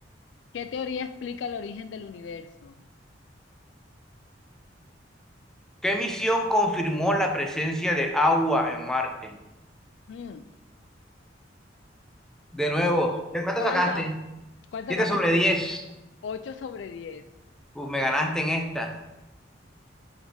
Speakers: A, on the left; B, in the centre.
A: ¿Qué teoría explica el origen del universo?
B: ¿Qué misión confirmó la presencia de agua en Marte?
A: Hmm,
B: De nuevo, ¿de cuánto
A: ¿Cuántas?
B: sacaste?
A: ¿Cuántas
B: 7
A: sacaste
B: sobre
A: tú?
B: 10.
A: 8 sobre 10.
B: Uf, me ganaste en esta.